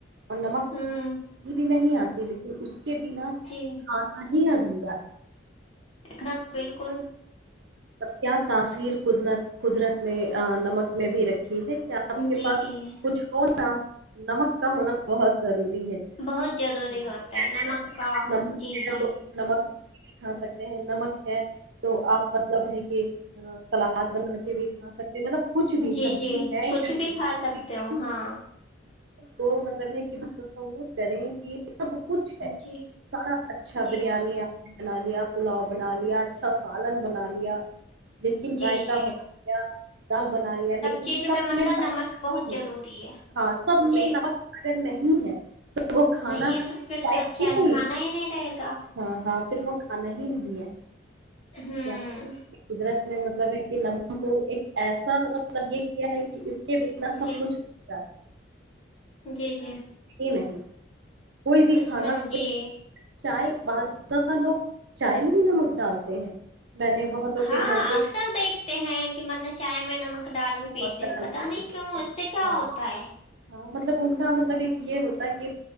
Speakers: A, on the right; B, on the left.
A: اور نمک
B: ہوں
A: بت بھی نہیں آتی لیکن اس کے بنا
B: جی
A: کھانا ہی ادھورا ہے
B: ایک دم بالکل
A: اب کیا تاثیر قدرت نے نمک میں بھی رکھی ہے کیا آپ کے
B: جی
A: پاس
B: جی
A: کچھ اور ہ نمک کا ہونا بہت ضروری ہے
B: بہت ضروری
A: ہوں
B: ہوتا
A: کہتے
B: ہے نمک
A: ہیں نا کہ
B: کا
A: اگر نمک
B: جی
A: ہے
B: جی
A: تو نمک کھا سکتے ہیں نمک ہے تو آپ مطلب ہے کہ سلاد بنا کے بھی کھا سکتے مطلب کچھ بھی
B: جی
A: سبزی
B: جی
A: ہے
B: کچھ
A: یاپ
B: بھی کھا سکتے ہو ہاں
A: کو مطلب ہے کہ بس تصور کریں کہ یہ سب کچھ ہے
B: جی
A: سارا اچھا
B: جی
A: بریانی بنا لیا پلاؤ بنا لیا لیا اچھا سالن بنا لیا لیکن
B: جی
A: رائتا
B: جی
A: بنا گیا دال بنا لیا لیکن
B: چیز
A: سب
B: مطلب
A: میں ن
B: نمک بہت ضروری ہے
A: ہاں سب
B: جی
A: میں نمک وگر نہیں ہے تو وہ کھانا
B: نہیں ہے
A: ک
B: تو پھر
A: لائق
B: اچھا
A: ہی نہیں
B: کھانا ہی نہیں رہے گا
A: ہاں ہاں پھر وہ نہیں ہی نہیں ہے
B: ہوں
A: کیا قدرت میں مطلب ہے کہ نمک کو ایک ایسا مطلب یہ کیا ہے کہ اس کے بنا سب
B: جی
A: کچھا
B: جی جی
A: نہیں کوئی بھی
B: اس
A: کھانا
B: میں جی
A: چائے بعض دفہ لوگ چائے میں بھی نمک ڈالتے ہیں میں نے بہتوں
B: ہاں
A: کے گھر کے
B: اکثر دیکھتے ہیں کہ مطلب چائے میں ن ڈال
A: نمک
B: کے پیتے
A: ڈال
B: پتا نہیں
A: پیتے
B: کیوں
A: ہیں۔
B: اس سے کیا
A: ہاں
B: ہوتا ہے
A: ہاں مطلب ان کا مطلب ایک یہ ہوتا ہے کہ